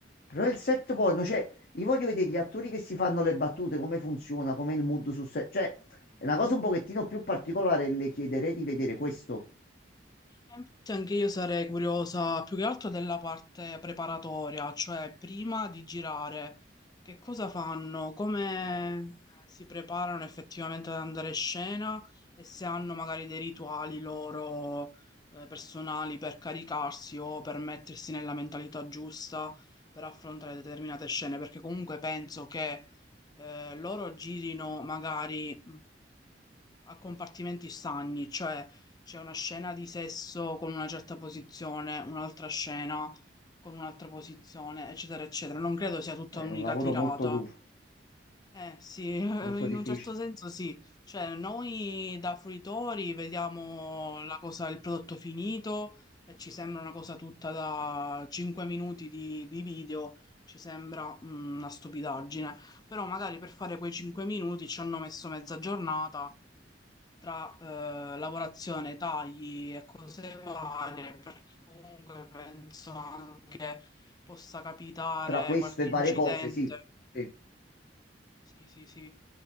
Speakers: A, on the left; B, on the left.
A: Però il set porno, cioè, io voglio vedere gli attori che si fanno le battute, come funziona, come il mood sul set. Cioè, è una cosa un pochettino più particolare e le chiederei di vedere questo.
B: Ma Infatti anche io sarei curiosa più che altro della parte preparatoria, cioè prima di girare, che cosa fanno, come eh, si preparano effettivamente ad andare in scena e se hanno magari dei rituali loro eh, personali per caricarsi o per mettersi nella mentalità giusta per affrontare determinate scene, perché comunque penso che eh, loro girino magari a compartimenti stagni, cioè c'è una scena di sesso con una certa posizione, un'altra scena con un'altra posizione, eccetera, eccetera. Non credo sia tutta
A: Cioè,
B: un'unica
A: è un lavoro
B: tirata.
A: molto duro,
B: Eh sì, <laughs>
A: molto
B: in
A: difficile.
B: un certo senso sì. Cioè, noi da fruitori vediamo la cosa, il prodotto finito e ci sembra una cosa tutta da 5 minuti di, di video, ci sembra mm, una stupidaggine. Però magari per fare quei 5 minuti ci hanno messo mezza giornata tra eh, lavorazione, tagli e cose varie, perché comunque penso anche possa capitare
A: Tra questo
B: qualche
A: e varie
B: incidente
A: cose, sì. Sì,
B: sì, sì, sì.